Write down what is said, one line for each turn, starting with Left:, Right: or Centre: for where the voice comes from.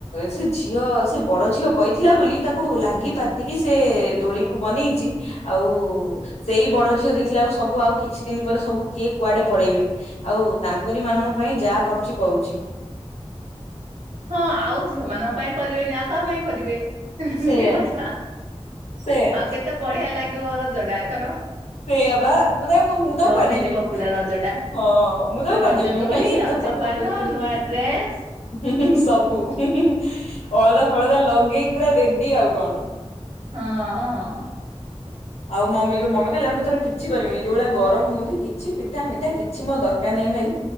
Left: ସେ ଝିଅ ସେ ବଡ଼ ଝିଅ କହିଥିଲା ବୋଲି ତାକୁ ଲାଗି ପାତିକି ସେ ଦୋଳିକୁ ବନେଇଚି ଆଉ ସେଇ ବଡ ଝିଅ ଦେଖିଲା ଆଳକୁ ସବୁ ଆଉ କିଛି ଦିନ ପରେ ସବୁ କିଏ କୁଆଡେ ପଳେଇବେ। ଆଉ ତାଙ୍କରି ମାନଙ୍କ ପାଇଁ ଯା ପାରୁଚି କରୁଚି।
Right: ହଁ ଆଉ ଝିଅ ମାନଙ୍କ ପାଇଁ କରିବେନି ଆଉ କାହା ପାଇଁ କରିବେ ଇଁ ହିଁ ହିଁ
Left: ସେଇଆ
Right: କି କଥା।
Left: ସେଇଆ
Right: ଆଉ କେତେ ବଢିଆ ଲାଗିବ ରଜଟା ଏଥର।
Left: ସେଇଆ ବା ମାନେ ଆଉ ମୁଁ ତ
Right: ଜମିଯିବ
Left: ଆଉ କୁଆଡେ ଯିବିନି।
Right: ପୁରା ରଜ ଟା।
Left: ହଁ ମୁଁ ତ ଆଉ
Right: ରଜ
Left: କୁଆଡେ ଯିବିନି
Right: ଦୋଳି
Left: ମୁଁ ଖାଲି ସେଇଠି
Right: ରଜ
Left: ସବୁ ଫଟ
Right: ପାନ
Left: ଫଟ ଉଠେଇବି।
Right: ନୂଆ ଡ୍ରେସ୍
Left: ହୁଁ ହୁଁ ହୁଁ ସବୁ ହୁଁ ହୁଁ ହୁଁ ଅଳଦା ଫଳତା ଲଗେଇକି ପୁରା ରେଡି ଆଉ କଣ।
Right: ହଁଅଁ।
Left: ଆଉ ମମିକୁ ମମି କହିଲା ମୁଁ ଏଥର କିଛି କରିବିନି ଯଉଭଳିଆ ଗରମ ହଉଚି କିଛି ପିଠା ମିଠା କି ଛି ମୋର ଦରକାର ନାହିଁ ଭାଇ